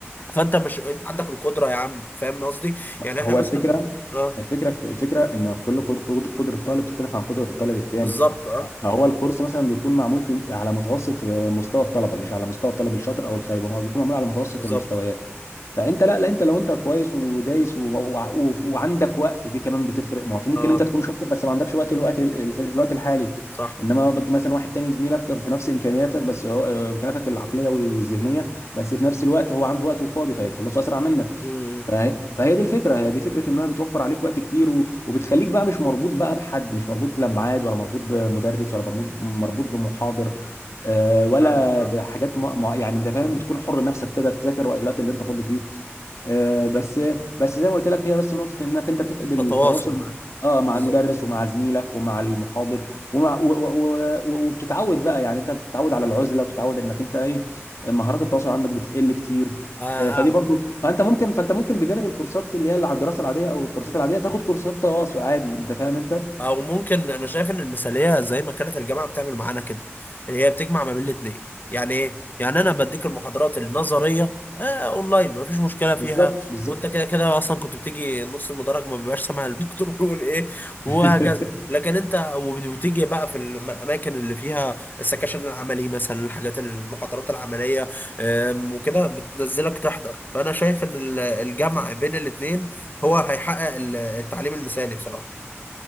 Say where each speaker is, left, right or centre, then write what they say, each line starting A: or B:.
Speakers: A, on the left; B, on the left.
A: فانت مش انت عندك القدره يا عم فاهم قصدي يعني
B: هو
A: احنا مثلا
B: الفكره
A: اه
B: الفكره في الفكره ان كل قد- قد- قدره طالب تختلف عن قدره الطالب التاني
A: بالظبط اه
B: فهو الكورس مثلا بيكون معمول في الم- على متوسط مستوى الطلبه مش على مستوى الطالب الشاطر او الخايب هو بيكون معمول على متوسط
A: بالظبط
B: المستويات فانت لا لا انت لو انت كويس ودايس و... و... وعندك وقت دي كمان بتفرق ما هو ممكن
A: اه
B: انت تكون شاطر بس ما عندكش وقت الوقت ال- في الوقت الحالي
A: صح
B: انما بج- مثلا واحد تاني زميلك في نفس امكانياتك بس هو امكانياتك العقليه والذهنيه بس في نفس الوقت هو عنده وقت وفاضي فيخلصه اسرع منك
A: امم امم،
B: فهي فهي دي الفكره هي دي فكره انها بتوفر عليك وقت كتير و... وبتخليك بقى مش مربوط بقى بحد مش مربوط لا بميعاد ولا مربوط بمدرس ولا مربوط مربوط بمحاضر آه، ولا
A: فاهمك آه.
B: بحاجات م... مع- يعني انت فاهم بتكون حر نفسك كده تذاكر الوقت اللي انت فاضي فيه آه، بس بس زي ما قلت لك هي بس نقطة انك انت بتفقد التواصل
A: تواصل
B: مع اه مع
A: بالظبط
B: المدرس ومع زميلك ومع المحاضر ومع و... و... و... وبتتعود بقى يعني انت بتتعود على العزلة وبتتعود انك انت ايه مهارات التواصل عندك بتقل كتير
A: آه،
B: آه، فدي
A: آه،
B: برضو فانت ممكن فانت ممكن بجانب الكورسات اللي هي على الدراسة العادية او الكورسات العادية تاخد كورسات تواصل عادي انت فاهم انت
A: او ممكن انا شايف ان المثاليه زي ما كانت الجامعه بتعمل معانا كده اللي هي بتجمع ما بين الاثنين يعني ايه يعني انا بديك المحاضرات النظريه آه اونلاين مفيش مشكله فيها
B: بالظبط بالظبط
A: وانت كده كده اصلا كنت بتيجي نص المدرج ما بيبقاش سامع الدكتور <laughs> بيقول ايه وهكذا
B: <laughs>
A: لكن انت وبت- وبتيجي بقى في الاماكن اللي فيها السكاشن العملي مثلا الحاجات المحاضرات العمليه آم، وكده بتنزلك تحضر فانا شايف ان ال- الجمع بين الاثنين هو هيحقق ال- التعليم المثالي بصراحه